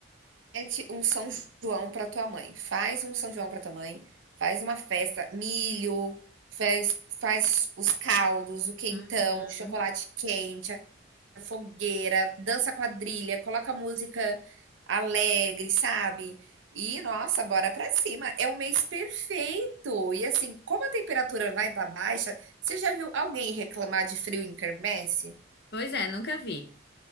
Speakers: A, on the right (about 80°); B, on the left (about 55°).
A: Promete um São João para tua mãe. Faz um São João para tua mãe. Faz uma festa, milho, faz, faz os caldos, o quentão,
B: Uhum.
A: o chocolate quente, a fogueira, dança quadrilha, coloca música alegre, sabe? E nossa, bora pra cima. É um mês perfeito. E assim, como a temperatura vai estar baixa, você já viu alguém reclamar de frio em quermesse?
B: Pois é, nunca vi.